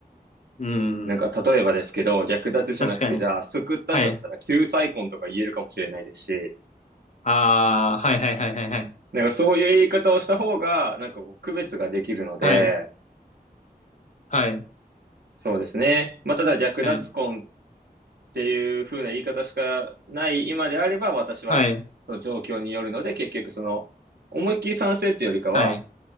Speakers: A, on the left; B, on the right.
A: うん、
B: なんか、例えばですけど、略奪じゃなくて、
A: 確かに。
B: じゃあ、救ったんだったら、
A: はい。
B: 救済婚とか言えるかもしれないですし、
A: ああ、はいはいはいはいはい。
B: なんかそういう言い方をした方が、なんかこう区別ができるので、
A: はい、はい、
B: そうですね。まあ、ただ、略奪婚っ
A: はい、
B: ていう風な言い方しかない今であれば、私は、
A: はい、
B: その状況によるので、結局その、思いっきり賛成っていうよりかは、
A: はい。